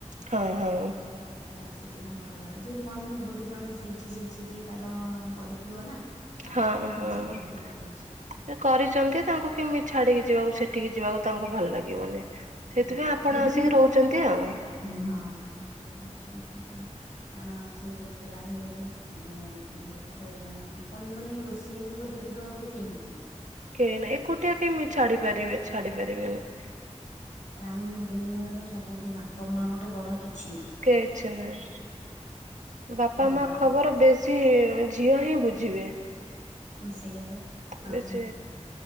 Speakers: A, on the right (about 85°); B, on the left (about 80°).
A: ହଁ
B: ଆଉ
A: ହଁ।
B: ଗୋଟେ ଆସିକି ନା ଘରଦ୍ଵାର ଯେନ୍ତି କହନ୍ତିନି ଗୋଟେ ଜଣେ ସିଞ୍ଚି ସିଞ୍ଚିକି ତାର କରିଥିବ ନା ହଠାତ୍
A: ହଁ
B: କିନି
A: ହଁ।
B: ଛାଡିକି ଯିବାକୁ ଇଚ୍ଛା ହବନି।
A: ସେ କରିଛନ୍ତି ତାଙ୍କୁ କେମିତି ଛାଡିକି ଯିବାକୁ ସେଠିକି ଯିବାକୁ ତାଙ୍କୁ ଭଲ ଲାଗିବନି। ସେଇଥିପାଇଁ
B: ନା ନା
A: ଆପଣ
B: ସେଥିପାଇଁ
A: ଆସିକି
B: ଆପଣ
A: ରହୁଛନ୍ତି
B: ଆସି ରହୁ
A: ଆଉ।
B: ହଁ ହଁ ଯାଉଛନ୍ତି କାରଣ କାରଣ ସିଏ ବି ଏକଲା ହେଇଗଲେ ମାନେ ଏପଟେ ମାନେ କଣ ମାନେ ରୋଷେଇ ଷେଇ ବି କରିକି ଦବାକୁ ବି କେହିନାହାଁନ୍ତି।
A: କେହି ନାହିଁ ଏକୁଟିଆ କେମିତି ଛାଡିପାରିବେ ଛାଡିପାରିବେନି।
B: ରା ମ ଦୁନିଆର ତ ସବୁଠୁ ବାପା ମାଆଙ୍କଠୁ ବଡ କିଛି ନାହିଁ।
A: କିଛି ନାଇଁ ବାପା
B: ଯୋଉ
A: ମା ଖବର
B: ଗୋ
A: ବେ ଶି ଝିଅ ହିଁ ବୁଝିବେ।
B: ସେଇଆ ବା ଆଉ
A: ବେଶୀ